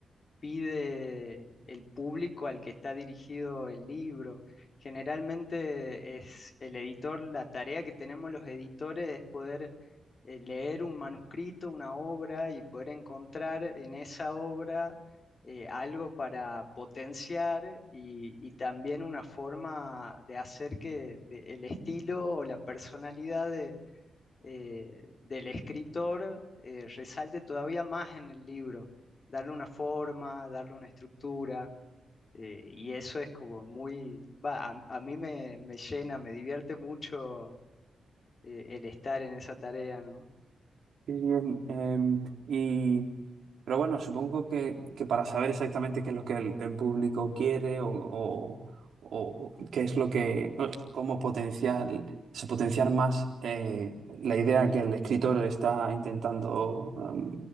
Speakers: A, on the left; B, on the right.
A: pide el público al que está dirigido el libro. Generalmente es el editor, la tarea que tenemos los editores es poder eh, leer un manuscrito, una obra y poder encontrar en esa obra eh, algo para potenciar y, y también una forma de hacer que de- el estilo o la personalidad de eh, del escritor eh, resalte todavía más en el libro, darle una forma, darle una estructura, eh, y eso es como muy, va, a, a mí me, me llena, me divierte mucho eh, el estar en esa tarea, ¿no?
B: Sí, em, em, y, pero bueno, supongo que, que para saber exactamente qué es lo que el, el público quiere o, o- o- o qué es lo que, o sea, cómo potenciar, se potenciar más eh, la idea que el escritor está intentando em,